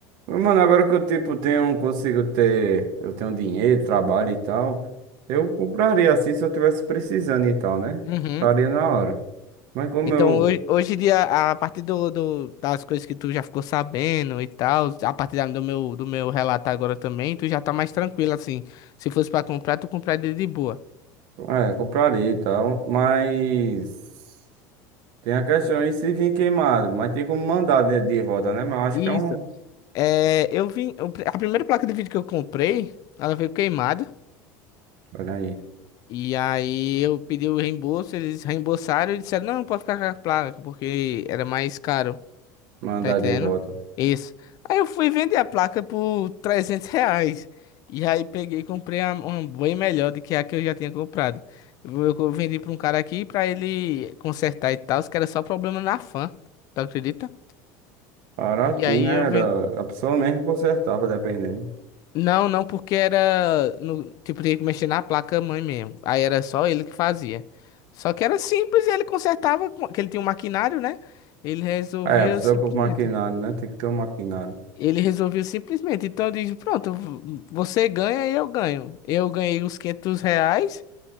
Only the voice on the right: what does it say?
Mano, agora que eu, tipo, tenho, consigo ter, eu tenho dinheiro, trabalho e tal, eu compraria assim se eu tivesse precisando e tal, né?
Compraria na hora. Mas como
eu,
é, compraria e tal, mas tem a questão de se vir queimado, mas tem como mandar de, de volta, né? Mas eu acho
que é um,
olha aí,
mandar
de volta.
Baratinho,
né?
Era, a pessoa mesmo consertava, dependendo.
É, a pessoa
com o maquinário, né? Tem que ter um maquinário.